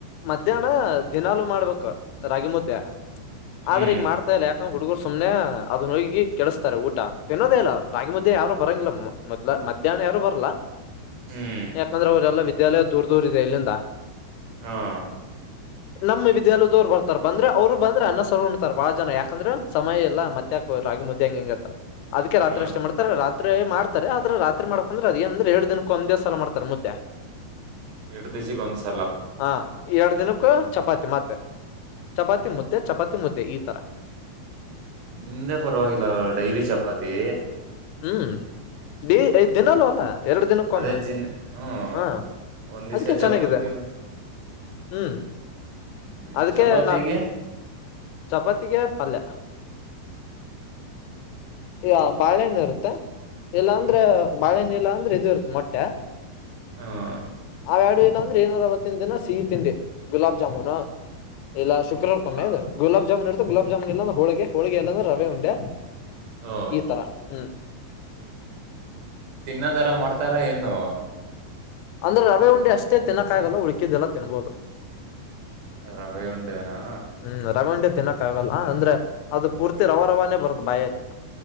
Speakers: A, on the left; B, on the right.
A: ಮಧ್ಯಾಹ್ನ ದಿನಲುೂ ಮಾಡ್ಬೇಕು ರಾಗಿ ಮುದ್ದೆ.
B: ಹ್ಮ್
A: ಆದ್ರೆ ಈಗ ಮಾಡ್ತ. ಮತ್ತ ಯಾಕಂಗ ಹುಡುಗುರು ಸುಮ್ಮನೆ ಅದನ್ನ ಹೋಗಿ ಕೆಡಿಸ್ತಾರೆ ಊಟ ತಿನ್ನದೇ ಇಲ್ಲ ರಾಗಿ ಮುದ್ದೆ ಯಾರು ಬರಂಗಿಲ್ಲ. ಮೊದಲ ಮಧ್ಯಾಹ್ನ ಯಾರು ಬರಲ್ಲಾ
B: ಹ್ಮ್
A: ಯಾಕಂದ್ರ ಅವರದೆಲ್ಲಾ ವಿದ್ಯಾಲಯ ದೂರ್ ದೂರ್ ಇದೆ ಇಲ್ಲಿಂದ.
B: ಹಾ ಹಾ....
A: ನಮ್ ವಿದ್ಯಾಲಯ್ದೋರ್ ಬರ್ತಾರ ಬಂದ್ರ ಅವರು ಬಂದ್ರೆ ಅನ್ನ ಸಾರು ಉಣ್ತಾರ ಬಾಳ ಜನ ಯಾಕಂದ್ರ ಸಮಯ ಇಲ್ಲ ಮತ್. ರಾಗಿ ಮುದ್ದೇ ಹಿಂಗ್ ಹಿಂಗತ್ತ ಅದಕೆ ರಾತ್ರಿ
B: ಹ್ಮ
A: ಅಷ್ಟೇ ಮಾಡ್. ರಾತ್ರೆ ಮಾಡತಾರೆ ಆದ್ರ ರಾತ್ರಿ ಮಾಡಕಂದ್ರೆ ಅದ ಏನಂದ್ರೆ ಎರಡ್ ದಿನಕ್ಕ ಒಂದೇ ಸಲ ಮಾಡತರ್ ಮುದ್ದೆ.
B: ಎರಡ್ ದಿಸ್ ಕಾ ಒನ್ಸ್.
A: ಹಾ! ಎರಡ್ ದಿನಕ್ಕೂ ಚಪಾತಿ ಮತ್ತೆ ಚಪಾತಿ ಮುದ್ದೆ ಚಪಾತಿ ಮುದ್ದೆ ಈ ತರ.
B: ನಿಮ್ದೇ ಪರವಾಗಿಲ್ಲ ಡೈಲಿ ಚಪಾತಿ........
A: ಹ್ಮ್ ಡಿ ಐದ್ ದಿನಲೂ ಅಲ್ಲಾ. ಎರಡ್ ದಿನಕ್
B: ಅದೇ
A: ಒಮ್ಮೆ
B: ಜಿನ್ ಹ್ಮ್
A: ಹ್ಮ
B: ಒಂದ್ ದಿವ್ಸ
A: ಅದಕ್ಕೆ
B: ಚಪಾತಿ
A: ಚೆನ್ನಾಗಿದೆ. ಹ್ಮ್
B: ಹ್ಮ್
A: ಅದಕ್ಕೆ
B: ಚಪಾತಿಗೆ
A: ನಾಪ್ ಚಪಾತಿಗೆ ಪಲ್ಯ. ಈಯಾ ಬಾಳೆಹಣ್ಣು ಇರುತ್ತೆ ಇಲ್ಲ ಅಂದ್ರೆ ಬಾಳೆಹಣ್ಣು ಇಲ್ಲ ಅಂದ್ರೆ ಇದು ಇರುತ್ತೆ ಮೊಟ್ಟೆ.
B: ಹಾ ಹಾ
A: ಅವು ಎರಡು ಇಲ್ಲ ಅಂದ್ರೆ ಏನಾರ ಅವತ್ತಿನ ದಿನ ಸಿಹಿ ತಿಂಡಿ ಗುಲಾಬ್ ಜಾಮೂನು. ಇಲ್ಲ ಶುಕ್ರವಾರಕ್
B: ಬಪ್ಪ
A: ಒಮ್ಮೆ ಅದು. ಗುಲಾಬ್ ಜಾಮೂನ್ ಇರುತ್ತತೇ ಗುಲಾಬ್ ಜಾಮೂನ್ ಇಲ್ಲಾಂದ್ರ ಹೋಳಿಗೆ ಹೋಳಗೆ ಇಲ್ಲಾಂದ್ರೆ ರವೆ ಉಂಡೆ
B: ಹ್ಮ್
A: ಈ ತರ. ಹ್ಮ.
B: ತಿನ್ನೋತರ ಮಾಡ್ತಾರ ಎನ್ನು.
A: ಅಂದ್ರೆ ರವೆ ಉಂಡಿ ಅಷ್ಟೇ ತಿನ್ನಕ್ಕಾಗಲ್ಲ ಉಳಕಿದ್ದೆಲ್ಲ ತಿನ್ಬೋದು.
B: ರವೆ ಉಂಡೇನಾ.
A: ಹ್ಮ್ ರವೆ ಉಂಡೆ ತಿನ್ನಕ್ ಆಗಲ್ಲ ಅಂದ್ರೆ ಅದು ಪೂರ್ತಿ ರವಾ ರವಾನೆ ಬರುತ್ ಬಾಯಲ್ಲಿ.